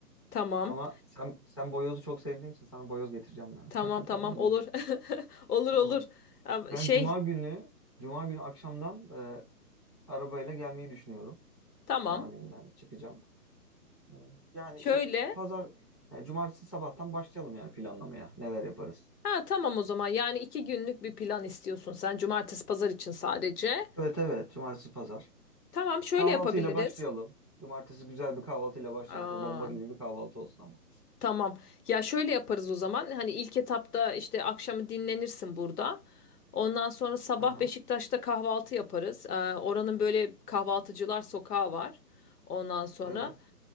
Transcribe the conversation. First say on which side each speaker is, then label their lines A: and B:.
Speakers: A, on the left; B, on the left.
A: Tamam,
B: Ama sen sen boyozu çok sevdiğin için sana boyoz getireceğim yani.
A: tamam tamam
B: <laughs> Tamam mı?
A: olur. <laughs> Olur
B: Tamam.
A: olur. Ama
B: Ben
A: Şey
B: cuma günü cuma günü akşamdan e, arabayla gelmeyi düşünüyorum.
A: tamam
B: Cuma gününden çıkacağım. Hmm, Yani
A: şöyle
B: işte pazar, yani cumartesi sabahtan başlayalım yani planlamaya. Neler yaparız?
A: ha tamam o zaman yani iki günlük bir plan istiyorsun sen cumartesi pazar için sadece.
B: Evet evet, cumartesi pazar.
A: Tamam şöyle
B: Kahvaltıyla
A: yapabiliriz.
B: başlayalım. Cumartesi güzel bir kahvaltıyla başlayalım.
A: Aa,
B: Çok bomba gibi bir kahvaltı olsun ama.
A: Tamam. Ya şöyle yaparız o zaman. Hani ilk etapta işte akşamı dinlenirsin burada. Ondan sonra sabah
B: Aha,
A: Beşiktaş'ta kahvaltı yaparız. Ee, oranın böyle kahvaltıcılar sokağı var. Ondan sonra
B: evet.